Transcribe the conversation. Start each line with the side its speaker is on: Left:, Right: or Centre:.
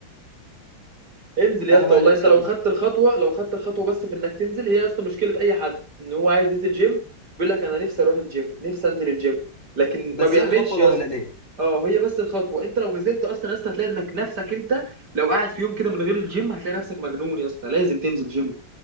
Right: انزل يا
Left: انا
Right: اسطى
Left: بقى
Right: والله
Left: نفسي
Right: انت لو
Left: اروح
Right: خدت الخطوه لو خدت الخطوه بس في انك تنزل هي يا اسطى مشكله اي حد ان هو عايز ينزل جيم بيقول لك انا نفسي اروح الجيم نفسي انزل الجيم لكن
Left: بس
Right: ما بيعملش
Left: هي الخطوه
Right: يا
Left: الاولانيه
Right: اسطى اه هي بس الخطوه انت لو نزلت اصلا يا اسطى هتلاقي انك نفسك انت لو قاعد في يوم كده من غير الجيم هتلاقي نفسك مجنون يا اسطى لازم تنزل جيم